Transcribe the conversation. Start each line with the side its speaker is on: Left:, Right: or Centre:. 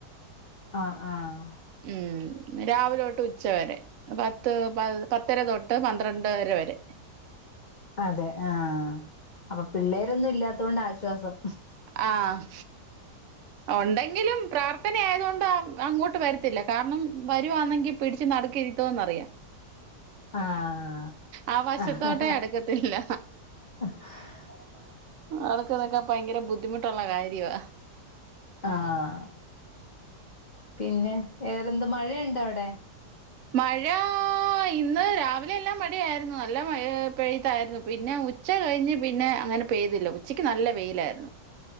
Left: ആഹ് ആഹ്
Right: ഉം രാവിലൊട്ട് ഉച്ച വരെ പത്ത് പ പത്തര തൊട്ട് പന്ത്രണ്ടര വരെ
Left: അതെ ആഹ് അപ്പ പിള്ളേരൊന്നും ഇല്ലാത്തൊണ്ട് ആശ്വാസം
Right: ആഹ് ഒണ്ടെങ്കിലും പ്രാർ പ്രാർത്ഥന ആയത്കൊണ്ട് അങ്ങോട്ട് വരത്തില്ല കാരണം വരുവാണെങ്കിൽ പിടിച്ച് നടക്ക് ഇരുത്തോന്ന്റിയാം
Left: ആഹ
Right: ആ വശത്തോട്ടേ
Left: ആഹാ
Right: അടുക്കത്തില്ല.
Left: <inaudible>
Right: ആൾക്ക്തൊക്കെ ഭയങ്കര ബുദ്ധിമുട്ടുള്ള കാര്യം
Left: ആഹ പിന്നെ വേറെന്ത് മഴയുണ്ടോ അവിടെ.
Right: മഴാ ആ ഇന്ന് രാവിലെ എല്ലാം മഴ യായിരുന്നു നല്ല മഴ പൈ തായിരുന്നു പിന്നെ ഉച്ച കഴിഞ്ഞ് പിന്നെ അങ്ങനെ.. പെയ്തില്ല ഉച്ചക്ക് നല്ലവെ യിലായിരുന്നു.